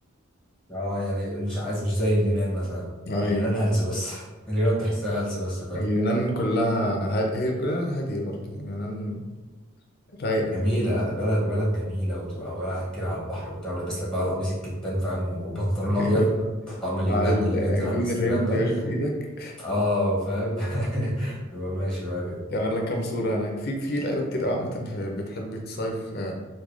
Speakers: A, in the centre; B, on the left.
A: اه يعني مش عايز مش زي اليونان مثلا
B: ايوه
A: اليونان هلس بس <laughs> اليونان تحسها هلس بس فاهم
B: اليونان كلها ه- هي كلها هادية برضه يعني اليونان رايقة
A: جميله
B: كده
A: لا بلد بلد جميله وتبقى واقع كده على البحر وبتاع ولابس لك بقى القميص الكتان فاهم وبنطلون ابيض
B: أيوة.
A: طقم اليونان
B: مع ال-
A: ده اللي
B: الجوز
A: بينزل على الانستجرام
B: الهند
A: ده
B: يا باشا في ايدك
A: اه فاهم <laughs> تبقى ماشي بقى كده
B: يعمل لك كام صورة هناك في في لعيبة كتير قوي عامة في- بتحب تصيف آه،